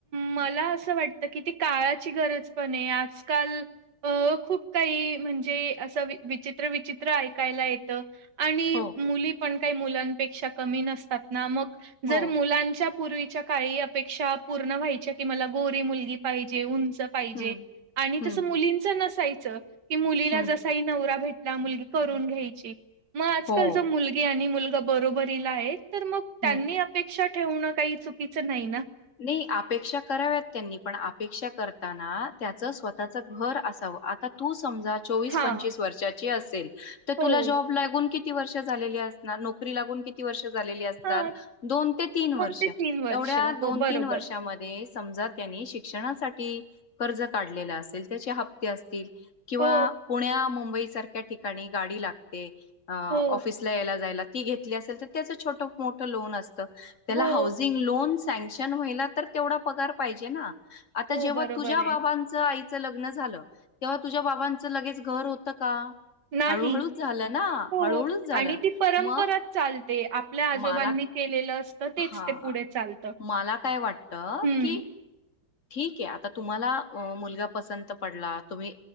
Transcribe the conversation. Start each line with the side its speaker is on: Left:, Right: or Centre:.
Right: मला असं वाटत की ते काळाची गरज पण आहे आजकाल अ खूप काही म्हणजे असं विचित्र विचित्र ऐकायला येतं. आणि
Left: हो,
Right: मुली पण काही मुलांपेक्षा कमी नसतात ना मग जर
Left: हो.
Right: मुलांच्या पूर्वीच्या काळी अपेक्षा पूर्ण व्हायच्या की मला गोरी मुलगी पाहिजे उंच पाहिजे
Left: हं,
Right: आणि
Left: हं,
Right: तसं मुलींचं नसायचं की मुलीला
Left: हं.
Right: जसाही नवरा भे मुलगी करून घ्यायची मग आजकाल
Left: हो,
Right: जर मुलगी आणि मुलगा बरोबरीला आहेत, तर मग त्यांनी
Left: हं.
Right: अपेक्षा ठेवणं काही चुकीचं नाही ना.
Left: नाही अपेक्षा कराव्यात त्यांनी पण अपेक्षा करताना त्याचं स्वतःच घर असा व आता तू समजा चोवीस
Right: हां,
Left: पंचवीस वर्षाची असेल तर
Right: हो.
Left: तुला जॉब लागून कि किती वर्ष झालेली असणार नोकरी लागून किती वर्ष झालेली असणार
Right: हां,
Left: दोन ते तीन वर्ष
Right: ते वर्ष.
Left: एवढ्या
Right: हो,
Left: दोन
Right: बरोबर.
Left: तीन वर्षामधे समजा त्यांनी शिक्षणासाठी कर्ज काढलेल असेल त्याचे हप्ते असे ल किंवा
Right: हो,
Left: पुण्या मुंबई सारख्या ठिकाणी गाडी लागते. अ
Right: हो,
Left: ऑफिसला यायला जायला ती घेतली असेल तर त्याचं छोट मोठं लोन अस त त्याला
Right: हो,
Left: हाऊसिंग लोन सँक्शन व्हायला तर तेवढा पगार पाहिजे ना? आता
Right: हो,
Left: जेव्हा
Right: बरोबर
Left: तुझ्या
Right: आहे.
Left: बाबांचं. लग्न झालं तेव्हा तुझ्या बाबांचं लगेच घर होत का.
Right: नाही
Left: हळूहळूच झालं ना
Right: हो
Left: हळूहळूच झालं.
Right: आणि ती परंपराच
Left: मग
Right: चालते आपल्या आजोबांना.
Left: मला
Right: के असत तेच
Left: हा
Right: ते पुढे चालत
Left: मला काय वाटतं
Right: हम.
Left: की ठीक आहे आता तुम्हाला मुलगा पसंत पडला तुम्ही